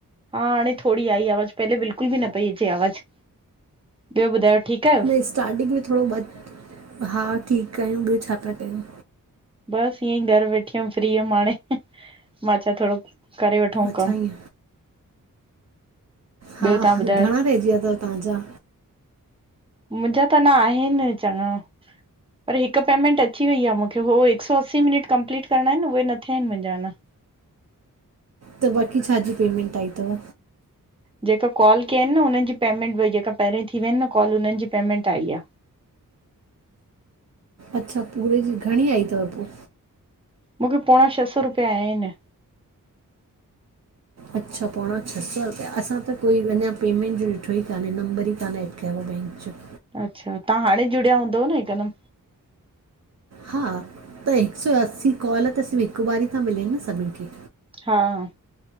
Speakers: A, on the right; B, on the right.
A: हा! हाणे थोड़ी आई आवाज़ु, पहले बिल्कुल बि न पई अचे आवाज़ु। ॿियो ॿुधायो ठीकु आहियो?
B: न स्टार्टिंग में थोड़ो ब हा, ठीकु आयूं, ॿियो छा पिया कयो?
A: बस ईयईं घरु वेठी हुअमि फ्री हुअमि हाणे मां छा थोड़ो करे वठऊं
B: अच्छा
A: कमु।
B: ईअं हा!
A: ॿियो तव्हां ॿुधायो
B: घणा रहिजी विया तव तव्हांजा?
A: मुंहिंजा त अना आहिनि चङा। पर हिकु पेमेंट अची वई आ मूंखे। हो, हिक सौ असी मिनट कंप्लीट करणा आहिनि न। उहे न थिया आहिन मुंहिंजा अना।
B: त बाक़ी छा जी पेमेंट आई अथव?
A: जेका कॉल कया आहिनि न। उननि जी पेमेंट हुई जेका पहिरीं थी विया आहिनि न कॉल उननि जी पेमेंट आई आ।
B: अच्छा! पूरे जी, घणी आई तव पोइ?
A: मूंखे पोणा छह सौ रुपया आया आहिनि।
B: अच्छा! पोणा छह सौ रुपया। असां त कोई अञा पेमेंट जो ॾिठो ई कान्हे नंबर ई कान एॾ कयोआ बैंक जो।
A: अच्छा तव्हां हाणे जुड़िया हूंदव न हिकदमि
B: हा त हिक सौ अस्सी कॉल त सिर्फ़ु हिकु वारी था मिलनि न सभिनि खे
A: हा हा